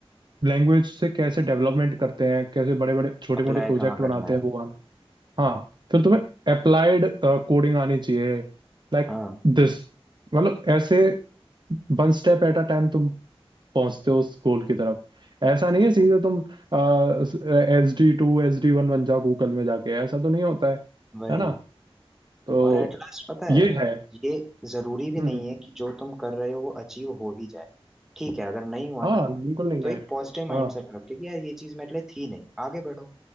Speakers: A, on the right (about 50°); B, in the centre.
A: लैंग्वेज से कैसे डेवलपमेंट करते हैं कैसे बड़े बड़े छोटे
B: अप्लाई
A: मोटे प्रोजेक्ट
B: कहाँ करना
A: बनाते
B: है
A: हैं वो आना हाँ फिर तुम्हें अप्लाइड कोडिंग आनी चाहिए लाइक
B: हाँ
A: दिस मतलब ऐसे one step at a time तुम पहुंचते हो उस गोल की तरफ ऐसा नहीं है सीधे तुम S D two S D one बन जाओ गूगल में जाके ऐसा तो नहीं होता है
B: वही
A: है ना तो
B: और एट लास्ट पता
A: ये
B: है
A: है
B: ये जरूरी भी
A: हम्म
B: नहीं है कि जो तुम कर रहे हो वो अचीव हो ही जाए ठीक है अगर नहीं हुआ
A: हाँ
B: ना
A: बिल्कुल नहीं
B: तो
A: है
B: एक पॉजिटिव माइंड
A: हाँ
B: सेट रख के कि यार ये चीज मेरे लिए थी नहीं आगे बढ़ो